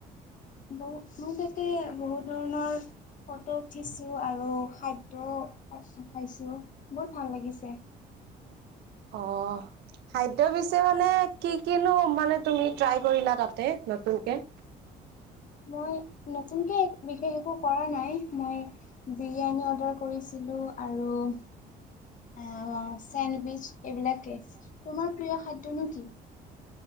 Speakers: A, on the left; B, on the right.
A: বহু মই যাতে বহু ধৰণৰ ফটো উঠিছো, আৰু খাদ্য। খাইছো বহুত ভাল লাগিছে।
B: অ', খাদ্য পিছে মানে কি কিনো মানে তুমি ট্ৰাই কৰিলা তাতে নতুনকে?
A: মই নতুনকে বিশেষ একো কৰা নাই মই? বিৰিয়ানী অৰ্ডাৰ কৰিছিলো আৰু। অ', চেণ্ডউইচ এইবিলাকে। তোমাৰ প্ৰিয় খাদ্যনো কি?